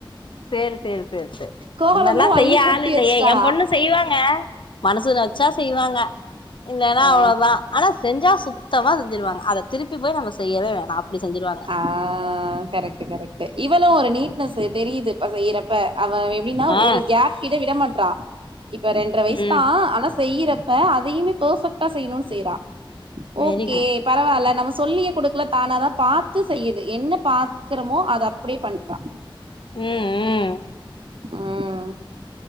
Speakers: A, on the left; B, on the right.
A: சேரி சேரி சேரி சேரி
B: கோலலமு
A: இந்த மாரிலா
B: அள்ளி
A: செய்ய
B: கொட்டி
A: ஆள் இல்லையே
B: வச்ட்டா
A: என் பொண்ணு செய்வாங்க மனசுல வச்சா செய்வாங்க இல்லன்னா
B: ஆ
A: அவ்ளோதா ஆனா செஞ்சா சுத்தமா செஞ்சுருவாங்க அத திருப்பி போய் நம்ம செய்யவே வேணா அப்டி செஞ்ருவாங்க
B: ஆ கரக்ட்டு கரக்ட்டு இவளு ஒரு நீட்னஸ் தெரியுது பச செய்றப்ப அவ எப்டின்னா
A: ஆ
B: ஒரு கேப் கிட்ட விட மாட்றா இப்ப ரெண்டர வய்ஸ்
A: ம்
B: தா ஆனா செய்யறப்ப அதையுமே பர்ஃபெக்டா செய்ணுன் செய்றா ஓகே
A: வெரி குட்
B: பரவால்ல நம்ம சொல்லியே கொடுக்கல தானா தா பாத் த்து செய்யுது என்ன பாக்கறோமோ அத அப்டியே பண்றா
A: ம் ம்
B: ம்